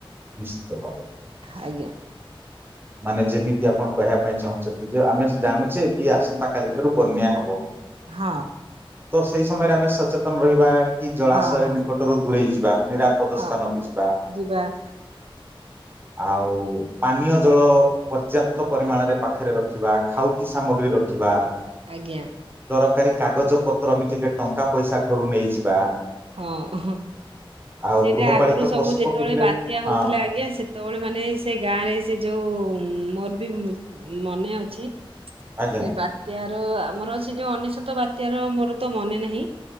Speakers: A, on the right; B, on the right.
A: ନିଶ୍ଚିତ ଭାବରେ।
B: ଆଜ୍ଞା।
A: ମାନେ ଯେମିତି ଆପଣ କହିବା ପାଇ ଚାହୁଁଛନ୍ତି ଆମେ ଜାନୁଚେ କି ଆସନ୍ତା କାଲି ଠାରୁ ବନ୍ୟା ହବ।
B: ହଁ।
A: ତ ସେଇ ସମୟରେ ଆମେ ସଚେତନ ରହିବା କି ଜଳାଶୟ
B: ହଁ ହଁ
A: ନିକଟରୁ ଦୂରେଇ ଯିବା। ନିରାପଦ
B: ହଁ
A: ସ୍ଥାନକୁ ଯିବା
B: ଯିବା
A: ଆଉ ପାନୀୟ, ପୋଟଳ ପର୍ଯ୍ୟାପ୍ତ ପରିମାଣରେ ପାଖରେ ରଖିବା ଖାଉଟି ସାମଗ୍ରି ରଖିବା
B: ଆଜ୍ଞା।
A: ଦରକାରୀ କାଗଜ ପତ୍ର ଏମିତି କେ ଟଙ୍କା ପଇସା ଘରୁ ନେଇଯିବା
B: ହଁ ହ
A: ଆଉ
B: ସେଇଟା
A: ଗୃହପାଳିତ
B: ଆଗୁରୁ ସବୁ
A: ପଶୁ
B: ଯେତେବେଳେ
A: ପକ୍ଷୀ ଥିଲେ
B: ବାତ୍ୟା ହଉଥିଲା
A: ହଁ
B: ଆଜ୍ଞା ସେ ସେତୋ ବେଳେ ମାନେ ସେ ଗାଁ ରେ ସେ ଯୋଉ ମୋର ବି ମନେ ଅଛି
A: ଆଜ୍ଞା
B: ସେ ବାତ୍ୟାର ଆମର ସେ ଯୋଉ ଅନେସୋତ ବାତ୍ୟାର ମୋର ତ ମନେ ନାହିଁ